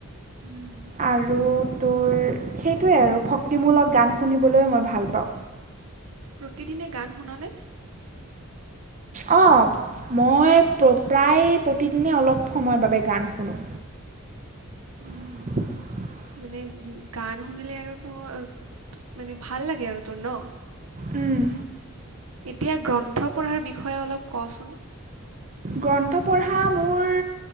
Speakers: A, on the right; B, on the right.
A: উম,
B: আৰু তোৰ সেইটোৱেই আৰু ভক্তিমূলক গান শুনিবলৈ মই ভাল পাওঁ
A: প্ৰতিদিনে গান শুননে
B: অ' মই প্ৰায় প্ৰতিদিনে অলপ সময়ৰ বাবে গান শুনো
A: উম
B: <unintelligible>
A: মানে উম গান শুনিলে আৰু তোৰ মানে ভাল লাগে আৰু তোৰ ন
B: উম
A: এতিয়া গ্ৰন্থ পঢ়াৰ বিষয়ে অলপ কচোন
B: গ্ৰন্থ পঢ়া মোৰ